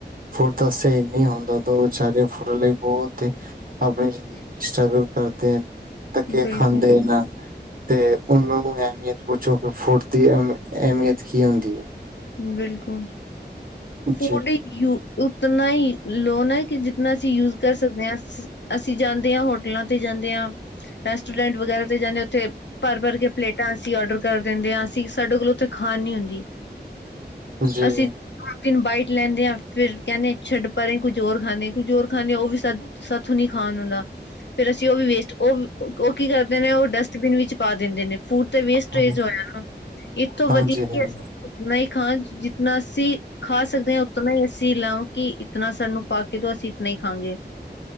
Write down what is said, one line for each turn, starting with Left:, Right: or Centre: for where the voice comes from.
Right: ਫੂਡ ਦਾ ਸਹੀ ਨਹੀਂ ਹੁੰਦਾ ਤਾਂ ਉਹ ਵਿਚਾਰੇ ਫੂਡ ਲਈ ਬਹੁਤ ਹੀ ਆਪਣੀ ਜ਼ਿੰਦਗੀ ਵਿੱਚ ਸਟਰਗਲ ਕਰਦੇ ਆ, ਧੱਕੇ
Left: ਬਿਲਕੁਲ
Right: ਖਾਂਦੇ ਨਾ। ਤੇ ਉਹਨਾਂ ਨੂੰ ਅਹਿਮੀਅਤ ਪੁੱਛੋ ਕਿ ਫੂਡ ਦੀ ਅਹਿਮੀਅਤ ਕੀ ਹੁੰਦੀ ਹੈ।
Left: ਬਿਲਕੁਲ,
Right: ਜੀ
Left: ਫੂਡ ਯੂ ਉਤਨਾ ਹੀ ਲੋ ਨਾ ਕਿ ਜਿਨਾ ਅਸੀਂ ਯੂਜ ਕਰ ਸਕਦੇ ਹਾਂ। ਅਸੀਂ ਜਾਂਦੇ ਹਾਂ ਹੋਟਲਾਂ ਤੇ ਜਾਂਦੇ ਹਾਂ, ਰੈਸਟੋਰੈਂਟ ਵਗੈਰਾ ਤੇ ਜਾਂਦੇ ਆਂ ਉੱਥੇ ਭਰ-ਭਰ ਕੇ ਪਲੇਟਾਂ ਅਸੀਂ ਔਡਰ ਕਰ ਦਿੰਦੇ ਆਂ, ਅਸੀਂ ਸਾਡੇ ਕੋਲੋਂ ਉੱਥੇ ਖਾਣ ਨੀ ਹੁੰਦੀ।
Right: ਜੀ
Left: ਅਸੀਂ ਦੋ ਤਿੰਨ ਬਾਈਟ ਲੈਂਦੇ ਆ, ਫ਼ਿਰ ਕਹਿੰਨੇ ਆਂ ਛੱਡ ਪਰਾਂ ਕੁੱਝ ਹੋਰ ਖਾਂਨੇ ਆਂ, ਕੁੱਝ ਹੋਰ ਖਾਂਨੇ ਆਂ ਉਹ ਵੀ ਸਾ ਸਾਥੋਂ ਨਹੀਂ ਖਾਣ ਹੁੰਦਾ। ਫੇਰ ਅਸੀਂ ਉਹ ਵੀ ਵੇਸਟ, ਉਹ-ਉਹ ਕੀ ਕਰਦੇ ਨੇ ਉਹ ਡਸਟਬਿਨ ਵਿੱਚ ਪਾ ਦਿੰਦੇ ਨੇ ਫੂਡ। ਵੇਸਟਜ
Right: ਹਾਂ-
Left: ਹੋਇਆ ਨਾ, ਇਥੋਂ
Right: ਹਾਂਜੀ
Left: ਵਧੀਆ ਕਿ ਅਸੀਂ ਓਨਾ ਹੀ ਖਾਣ ਚ ਜਿਤਨਾ ਅਸੀਂ ਖਾ ਸਕਦੇ ਹਾਂ ਉਤਨਾ ਹੀ ਅਸੀਂ ਲਓ, ਕਿ ਇਤਨਾ ਸਾਨੂੰ ਪਾ ਕੇ ਦੋ, ਅਸੀਂ ਇਤਨਾ ਹੀ ਖਾਂਗੇ।